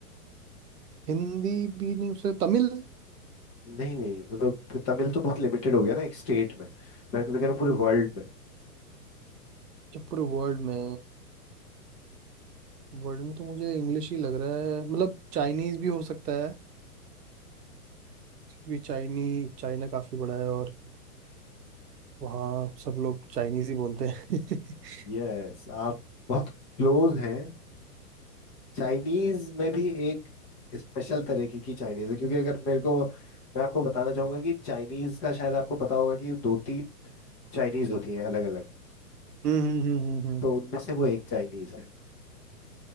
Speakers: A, on the right (about 85°); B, on the left (about 15°).
A: हिंदी भी नहीं उसे तमिल
B: नहीं नहीं मतलब तमिल तो बहुत लिमिटेड हो गया ना एक स्टेट में मैं तो कह रहा हूँ पूरे वर्ल्ड में
A: जब पूरे वर्ल्ड में वर्ल्ड में तो मुझे इंग्लिश ही लग रहा है मतलब चाइनीज भी हो सकता है क्योंकि चाइनी चाइना काफी बड़ा है और वहाँ सब लोग चाइनीज ही बोलते हैं <laughs>
B: यस आप बहुत क्लोज हैं चाइनीज में भी एक स्पेशल तरीके की चाइनीज है क्योंकि अगर मेरे को मैं आपको बताना चाहूंगा कि चाइनीज का शायद आपको पता होगा कि दो तीन चाइनीज होती हैं अलग अलग
A: हम्म हम्म हम्म हम्म, हम्म।
B: तो उनमें से वो एक चाइनीज है